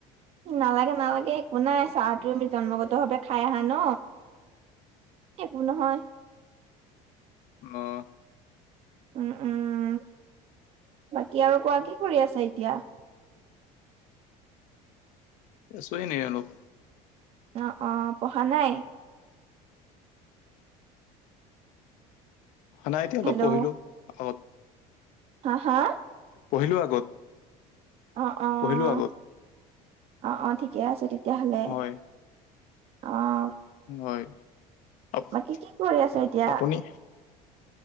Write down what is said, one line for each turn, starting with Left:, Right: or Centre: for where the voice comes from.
Right: নালাগে নালাগে, একো নাই চাহটো আমি জন্মগত ভাৱে খাই আহা ন'। একো নহয়।
Left: অহ
Right: উম উম, বাকী আৰু কোৱা কি কৰি আছা এতিয়া?
Left: আছো এনেই অলপ।
Right: অহ অহ, পঢ়া নাই?
Left: সদায় এতিয়া
Right: হেল্ল'।
Left: নপঢ়িলো, আ
Right: হা হা
Left: পঢ়িলো আগত
Right: অহ অহ,
Left: পঢ়িলো আগত
Right: অ অ ঠিকে আছে তেতিয়াহলে
Left: হয়
Right: অহ
Left: হয় আপ-
Right: বাকী কি কৰি আছা এতিয়া,
Left: আপুনি